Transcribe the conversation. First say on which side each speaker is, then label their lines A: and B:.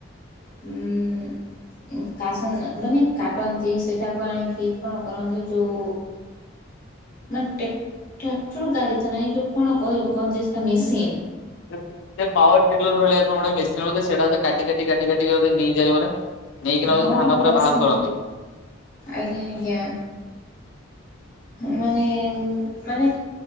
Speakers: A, on the left (about 45°); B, on the left (about 65°).
A: ଉ କାସ ମାନେ କାଟନ୍ତି ସେଟାକୁ ଆଣିକି କଣ କରନ୍ତି ଯୋଉ ମାନେ ଟ୍ରାକ୍ଟର ଗାଡ଼ି ତ ନାହିଁ ଯୋଉ କଣ କହିବ କହନ୍ତି ସେଟା ମେସିନ୍
B: ପାୱାର ଟେଲର ଭଳିଆ କଣ ଗୋଟେ ମେସିନ୍ ସେଇଟା ଗୋଟେ କାଟି କାଟି କାଟି କାଟି ନେଇଯାଏ ପୁରା ନେଇକିନା
A: ହଁ
B: ବୋଧେ ଧାନ
A: ହଁ
B: ପୁରା
A: ହଁ
B: ବାହାର
A: ସେ
B: କରନ୍ତି
A: ଆଜ୍ଞା ଆଜ୍ଞା। ମାନେ ମାନେ